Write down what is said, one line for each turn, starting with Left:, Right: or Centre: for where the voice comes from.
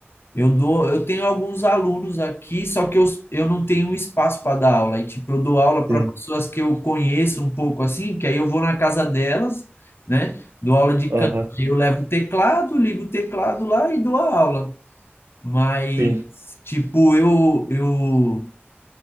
Left: eu dou, eu tenho alguns alunos aqui, só que eu, eu não tenho espaço para dar aula. E tipo, eu dou aula para
Right: sim,
Left: pessoas que eu conheço um pouco assim, que aí eu vou na casa delas, né? Dou aula de
Right: aham,
Left: canto. Aí Eu levo o teclado, ligo o teclado lá e dou a aula. Mas,
Right: sim.
Left: tipo, eu, eu